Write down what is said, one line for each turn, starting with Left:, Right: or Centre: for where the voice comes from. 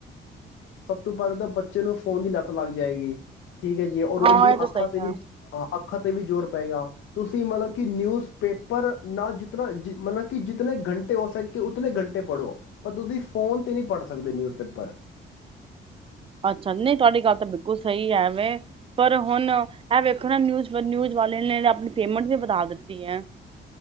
Left: ਸਭ ਤੋਂ ਪਹਿਲਾਂ ਤਾਂ ਬੱਚੇ ਨੂੰ ਫ਼ੋਨ ਦੀ ਲੱਤ ਲੱਗ ਜਾਏਗੀ। ਠੀਕ ਹੈ ਜੀ ਔਰ ਉਹਦੀ
Right: ਹਾਂ ਇਹ ਤਾਂ
Left: ਅੱਖਾਂ
Right: ਸਹੀ
Left: ਤੇ ਵੀ
Right: ਹੈ
Left: ਹਾਂ ਅੱਖਾਂ ਤੇ ਵੀ ਜ਼ੋਰ ਪਏਗਾ ਤੁਸੀਂ ਮਤਲਬ ਕਿ ਨਿਊਜ਼ ਪੇਪਰ ਨਾ ਜਿਤਨਾ ਮਤਲਬ ਕਿ ਜਿਤਨੇ ਘੰਟੇ ਹੋ ਸਕੇ ਉਤਨੇ ਘੰਟੇ ਪੜ੍ਹੋ ਪਰ ਤੁਸੀਂ ਫੋਨ ਤੇ ਨਹੀਂ ਪੜ੍ਹ ਸਕਦੇ ਨਿਊਜ਼ ਪੇਪਰ।
Right: ਅੱਛਾ ਨਹੀਂ ਤੁਹਾਡੀ ਗੱਲ ਤਾਂ ਬਿਲਕੁਲ ਸਹੀ ਹੈ ਵੇ ਪਰ ਹੁਣ ਇਹ ਵੇਖੋ ਨਾ ਨਿਊ ਨਿਊਜ਼ ਵਾਲੇ ਨੇ ਆਪਣੀ ਪੇਮੈਂਟ ਵੀ ਵਧਾ ਦਿੱਤੀ ਹੈ।